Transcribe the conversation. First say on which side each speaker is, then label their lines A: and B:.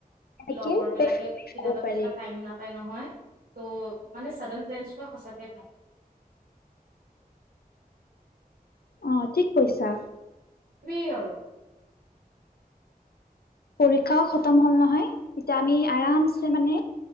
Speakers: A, on the left (about 80°); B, on the right (about 65°).
A: এনেকে
B: লগৰ বিলাকে কেতিয়াবা
A: ক'ব পাৰি
B: কেতিয়াবা টাইম নাপায় নহয় ত' মানে চডেন প্লেনচ হোৱা সঁচা কে ভাল।
A: অ' ঠিক কৈছা।
B: কি আৰু।
A: পৰীক্ষাও খতম হ'ল নহয় এতিয়া আমি আৰামছে মানে